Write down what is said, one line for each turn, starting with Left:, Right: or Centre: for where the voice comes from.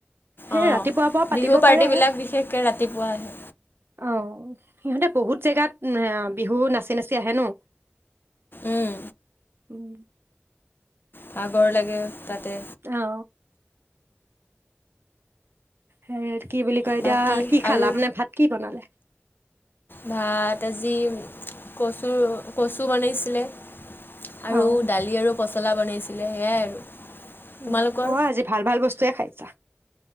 Right: সেই
Left: অঁ
Right: ৰাতিপুৱাৰ পৰা পাতিব
Left: বিহু পাৰ্টিবিলাক
Right: পাৰে,
Left: বিশেষকৈ ৰাতিপুৱা আহে
Right: অ' সিহঁতে বহুত জেগাত এ বিহু নাচি নাচি আহে ন,
Left: উম,
Right: উম
Left: ভাগৰ লাগে তাতে।
Right: অ হেৰ কি বুলি কয় এতিয়া
Left: বাকী
Right: কি
Left: আৰু
Right: খালা? মানে ভাত কি বনালে?
Left: ভাত, আজি কচু কচু বনাইছিলে। আৰু
Right: অ',
Left: দালি আৰু পচ পচলা বনাইছিলে সেয়াই আৰু। তোমালোকৰ
Right: অ' অ' আজি ভাল ভাল বস্তুৱয়ে খাই জা